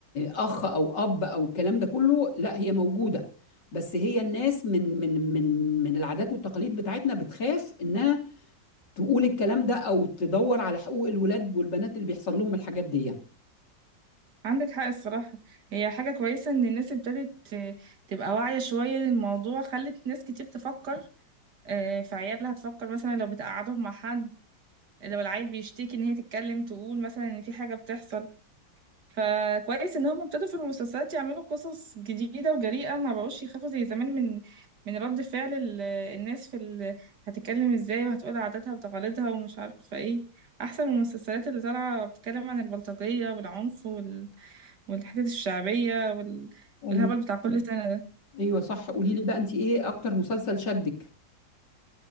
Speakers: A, on the left; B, on the right.
A: أخ أو أب أو الكلام ده كله لا هي موجودة بس هي الناس من من من من العادات والتقاليد بتاعتنا بتخاف إنها تقول الكلام ده او تدور على حقوق الولاد والبنات اللي بيحصل لهم الحاجات دي
B: عندك حق الصراحة هي حاجة كويسة إن الناس ابتدت آه، تبقى واعية شوية للموضوع خلت ناس كتير تفكر آه، في عيالها تفكر مثلا لو بتقعدهم مع حد لو العيل بيشتكي إن هي تتكلم تقول مثلا إن في حاجة بتحصل فكويس إن هم ابتدوا في المسلسلات يعملوا قصص جديدة وجريئة ما بقوش يخافوا زي زمان من من رد فعل ال- الناس في ال... هتتكلم ازاي وهتقول عاداتها وتقاليدها ومش عارفة ايه أحسن من المسلسلات اللي طالعة بتتكلم عن البلطجية والعنف والحتت الشعبية وال...
A: ايوه
B: والهبل بتاع كل سنة ده
A: ايوه صح قولي لي بقى انت ايه اكتر مسلسل شدك